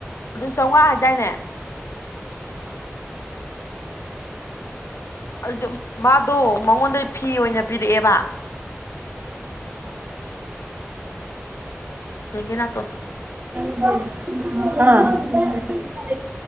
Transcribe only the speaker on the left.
ꯑꯗꯨ ꯆꯥꯝꯉꯥ ꯍꯥꯏꯗꯥꯏꯅꯦ ꯑꯗꯨꯗ ꯃꯥꯗꯣ ꯃꯉꯣꯟꯗꯩ ꯐꯤ ꯑꯣꯏꯅ ꯄꯤꯔꯛꯑꯦꯕ ꯌꯦꯡꯒꯤ ꯅꯇꯣꯟꯗꯣ